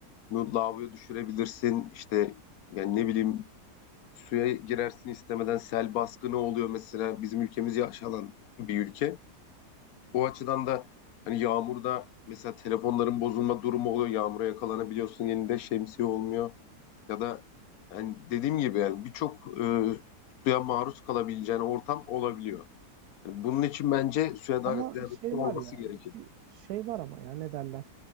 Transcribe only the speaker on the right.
Ama
şey
var ya,
bir şey var ama ya ne derler?